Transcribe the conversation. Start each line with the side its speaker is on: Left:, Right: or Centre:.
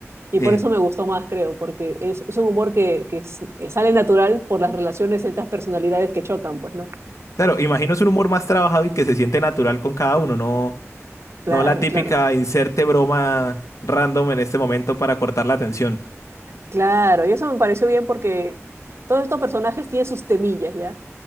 Right: Y
Left: Sí,
Right: por eso me gustó más, creo, porque es, es un humor que, que s- que sale natural por las relaciones entre las personalidades que chocan, pues, ¿no?
Left: Claro, imagino es un humor más trabajado y que se siente natural con cada uno, no,
Right: Claro,
Left: no la típica
Right: claro,
Left: inserte broma random en este momento para cortar la atención. <laughs>
Right: claro. Y eso me pareció bien porque todos estos personajes tienen sus temillas, ¿ya?